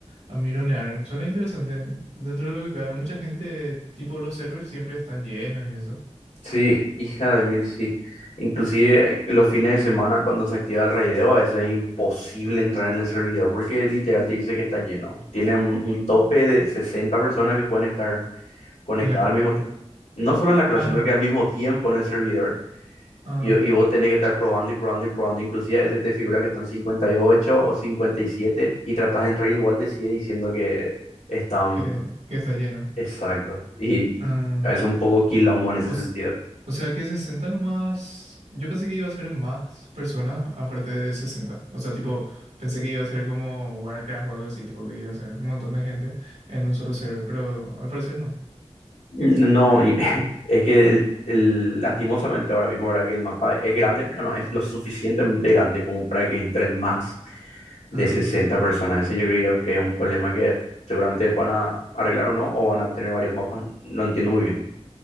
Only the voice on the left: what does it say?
Sí, hija de mil, sí. Inclusive eh, los fines de semana cuando se activa el raideo, a veces es imposible entrar en el servidor porque literal te dice que está lleno. Tiene un, un tope de 60 personas que pueden estar conectadas
al mismo
tiempo. No solo en la clase,
sino que al mismo tiempo en el servidor.
Y,
y vos tenés que estar probando y probando y probando. Inclusive a veces te figura que están 58 o 57 y siete y tratás de entrar y igual te sigue diciendo que están
exactos. Y
a veces un poco quilombo en ese
sentido.
No, y <laughs> es que el- el- lastimosamente ahora mismo, ahora que el mapa es grande, pero no es lo suficientemente grande como para que entren más de
60 personas. Ese yo creo que es un problema que seguramente van a arreglar o no, o van a tener varios mapas. No entiendo muy bien.